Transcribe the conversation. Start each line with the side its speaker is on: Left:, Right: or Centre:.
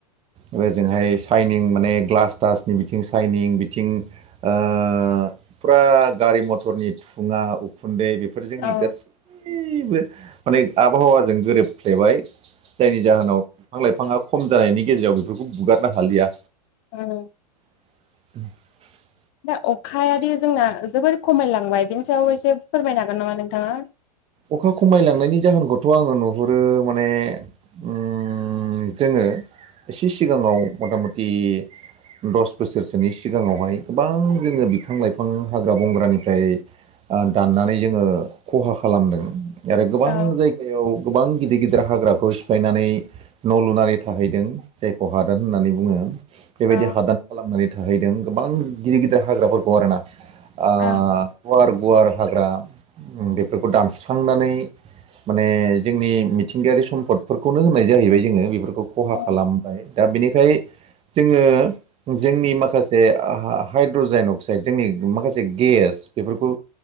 Right: ओजोंहाय साइनिं माने ग्लास तासनि बिथिं साइनिं बिथिं अ फुरा गारि मथरनि थुङा उखुन्दै बे- फोर जोंनि
Left: औ
Right: गासैबो माने आबहावाजों गोरोबफ्लेबाय जायनि जाहोनाव फां लाइफाङा खम जानायनि गेजेराव बेफोरखौ बुगारनो हालिया
Left: औ
Right: द <inaudible>
Left: दा अखा दि जोंना जोबोर खमायलांबाय बिनि सायाव एसे फोरमायनो हागोन नामा नोंथाङा
Right: अखा खमायलांनायनि जाहोनखौथ' आङो नुहुरो माने उम उम जोङो एसे सिगाङाव मथा मथि दस बोसोरसोनि सिगांङावहाय गोबां जोङो बिफां लाइफां हाग्रा बंग्रानिफ्राय ओ दाननानै जोङो खहा खालामदों आरो गोबां
Left: औ
Right: जायगायाव गोबां गिदिर गिदिर हाग्राखौ सिफायनानै न' लुनानै थाहैदों जायखौ हादान होननानै बुङो बेबायदि
Left: औ
Right: हादान खालामनानै थाहैदों गोबां गिदिर गिदिर हाग्राफोरखौ आरोना ओ
Left: औ
Right: गुवार गुवार हाग्रा बेफोरखौ दानस्रांनानै माने जोंनि मिथिंगायारि सम्पदफोरखौनो होननाय जाहैबाय जोङो बेफोरखौ खहा
Left: उम
Right: खालामबाय दा बिनिखाय जोङो जोंनि माखासे हाइड्रजाइन अक्साइड जोंनि माखासे गेस बेफोरखौ